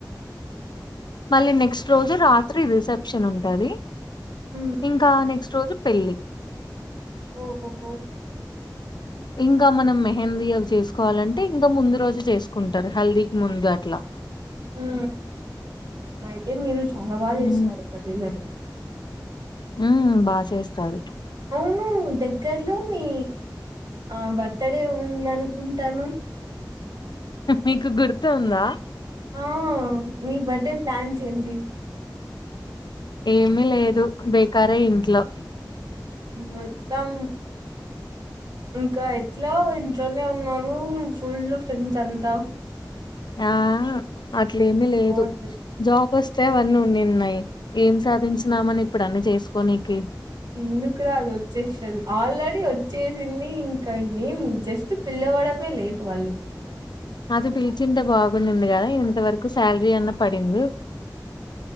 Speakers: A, on the left; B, on the right.
A: మళ్ళీ నెక్స్ట్ రోజు రాత్రి రిసెప్షన్ ఉంటుంది
B: మ్మ్
A: ఇంకా నెక్స్ట్ రోజు పెళ్లి
B: ఓహఓహో
A: ఇంకా మనం మెహందీ అ చేసుకోవాలంటే ఇంకా ముందు రోజు చేసుకుంటారు హెల్దీకి ముందు అట్లా
B: ఉ అయితే మీరు చాలా బాగా చేస్తారు
A: ఉ
B: పెళ్లి <inaudible>
A: ఉ బాగా చేస్తారు
B: అవును దగ్గర్లో మీ ఆ బర్త్డే ఉందనుకుంటాను
A: నీకు గుర్తు ఉందా
B: ఆ మీ బర్త్డే ప్లాన్ చేయండి
A: ఏమి లేదు బేకారే ఇంట్లో
B: మొత్తం ఇంకా ఇట్లో ఇంట్లోనే ఉన్నారు ఫుల్ ఫ్రెండ్స్ అంతా
A: ఆ అట్లేమి లేదు
B: బాగుంటది
A: జాబ్ వస్తే అవన్నీ అన్నినాయి ఏం సాధించినామని ఇప్పుడు అన్ని చేసుకోనీనికి
B: ఎందుకు రాదు వచ్చేస్తుంది ఆల్రెడీ వచ్చేసింది ఇంకా నేం జస్ట్ పిల్ల వా లేట్ వాళ్లు
A: అది పిలిచింత బాగుంది కదా ఇంత వరకు శాలరీ అన్నా పడింది